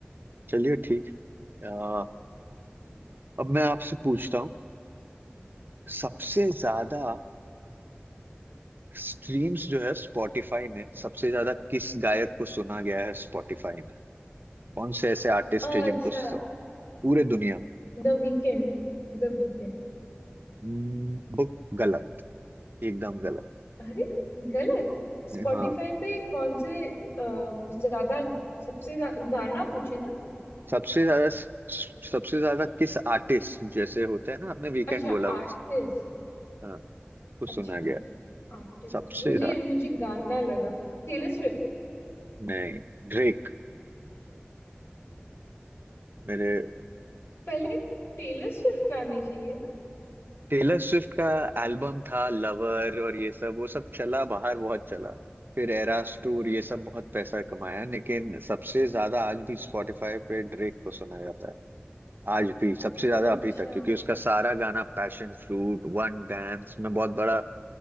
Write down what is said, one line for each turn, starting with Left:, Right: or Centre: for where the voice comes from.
Right: चलिए ठीक है आ, अब मैं आपसे पूछता हूँ सबसे ज्यादा स्ट्रीम्स जो है स्पॉटिफाई में सबसे ज्यादा किस गायक को सुना गया है स्पॉटिफाई में कौन से ऐसे आर्टिस्ट
Left: अच्छा
Right: है जिनको सब, पूरे दुनिया
Left: The Weeknd The Weeknd
Right: में बुक गलत एकदम गलत
Left: अरे गलत स्पॉटिफाई
Right: हाँ
Left: पे कौन से अ, ज्यादा सबसे ज्या- गाना पूछे ना
Right: सबसे ज्यादा सबसे ज्यादा किस आर्टिस्ट जैसे होते हैं ना आपने वीकेंड
Left: अच्छा
Right: बोला
Left: आर्टिस्ट
Right: बस हाँ वो सुना
Left: अच्छा
Right: गया
Left: आर्टिस्ट
Right: सबसे
Left: मुझे
Right: ज्यादा
Left: मुझे गाना लगा Taylor Swift
Right: नहीं ड्रेक मेरे
Left: पहले टेलर स्विफ्ट आने चाहिए ना
Right: टेलर स्विफ्ट का एल्बम था लवर और ये सब वो सब चला बाहर बहुत चला फिर एरास टूर ये सब बहुत पैसा कमाया लेकिन सबसे ज्यादा आज भी स्पॉटिफाई पे ड्रेक को सुना जाता है आज भी सबसे ज्यादा
Left: अच्छा
Right: अभी तक क्योंकि उसका सारा गाना पैशन फ्रूट वन डांस मैं बहुत बड़ा